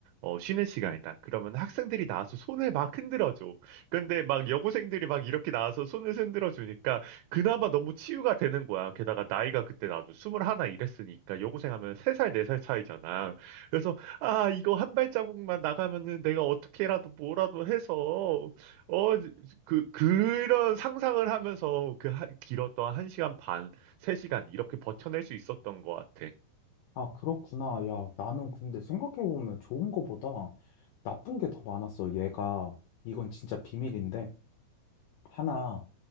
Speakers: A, on the right; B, on the left.
A: 어, 쉬는 시간이다. 그러면 학생들이 나와서 손을 막 흔들어줘. 근데 막 여고생들이 막 이렇게 나와서 손을 흔들어주니까 그나마 너무 치유가 되는 거야. 게다가 나이가 그때 나도 21 이랬으니까 여고생 하면 3살, 4살 차이잖아. 그래서 아, 이거 한 발자국만 나가면은 내가 어떻게라도 뭐라도 해서 어, 그, 그런 상상을 하면서 그 하- 길었던 한시간 반, 세시간 이렇게 버텨낼 수 있었던 것 같아.
B: 아, 그렇구나. 야, 나는 근데 생각해보면 좋은 거보다 나쁜 게 더 많았어. 얘가, 이건 진짜 비밀인데, 하나.